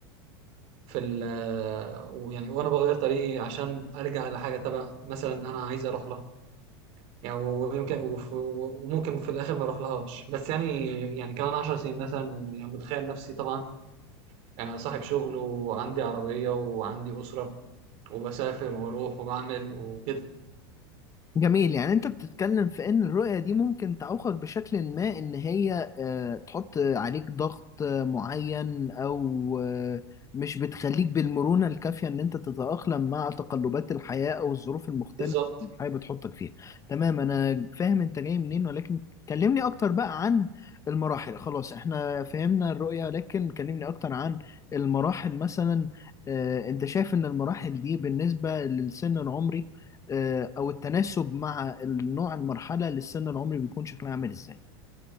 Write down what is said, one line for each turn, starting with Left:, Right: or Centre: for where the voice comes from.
Right: في ال ويعني وأنا بغير طريقي عشان أرجع لحاجة تبع مثلا أنا عايز أروح لها يعني ويمكن وف- وممكن في الاخر ما اروح لهاش بس يعني يعني كمان 10 سنين مثلا يعني متخيل نفسي طبعا يعني صاحب شغل وعندي عربية وعندي أسرة وبسافر وبروح وبعمل وكده
Left: جميل يعني انت بتتكلم في ان الرؤية دي ممكن تعوقك بشكل ما ان هي آه، تحط عليك ضغط آه، معين او آه، مش بتخليك بالمرونة الكافية ان انت تتأقلم مع تقلبات الحياة او الظروف المختلفة
Right: بالظبط
Left: اللي الحياة بتحطك فيها تمام انا فاهم انت جاي منين ولكن كلمني اكتر بقى عن المراحل خلاص احنا فهمنا الرؤية لكن كلمني اكتر عن المراحل مثلا آه، انت شايف ان المراحل دي بالنسبة للسن العمري آه، او التناسب مع النوع المرحله للسن العمري بيكون شكلها عامل ازاي